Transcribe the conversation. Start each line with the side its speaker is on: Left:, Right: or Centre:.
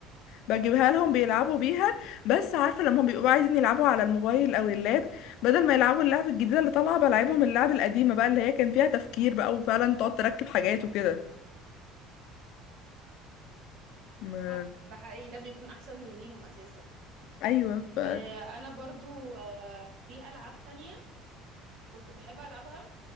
Left: بجيبها لهم بيلعبوا بيها بس عارفه لما بيبقوا عايزين يلعبوا على الموبايل او اللاب بدل ما يلعبوا اللعب الجديده اللي طالعه بلعبهم اللعب القديمه بقى اللي هي كان فيها تفكير بقى وفعلا تقعد تركب حاجات وكده ما
Right: صح ده حقيقي ده بيكون احسن ليهم اساسا
Left: ايوه ف
Right: آه انا برضو آه في العاب تانية كنت بحب العبها